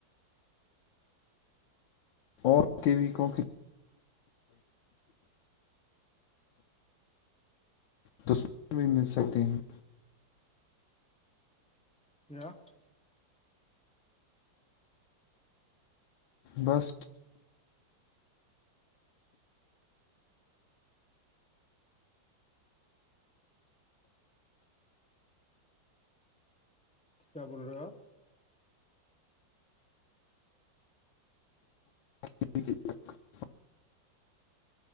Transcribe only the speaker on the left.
اور کے بھی کوک تصون بھی مل سکتے ہیں
بس
<unintelligible>